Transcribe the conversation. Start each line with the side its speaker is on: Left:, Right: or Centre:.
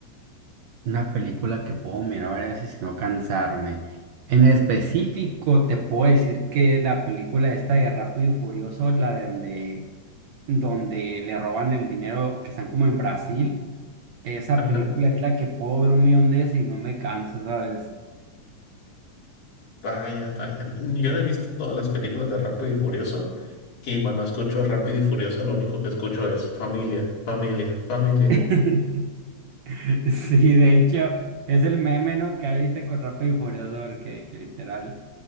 Right: Una película que puedo mirar varias veces sin no cansarme. En específico, te puedo decir que la película esta de Rápido y Furioso, la de donde, donde le roban el dinero que están como en Brasil, esa
Left: Ajá.
Right: película es la que puedo ver un millón de veces y no me cansa, ¿sabes?
Left: Vaya, vaya. Yo no he visto todas las películas de Rápido y Furioso y cuando escucho Rápido y Furioso lo único que escucho es familia, familia, familia.
Right: <laughs> <laughs> Sí, de hecho, es el meme, ¿no? que hay ahorita con Rápido y Furioso, porque que literal,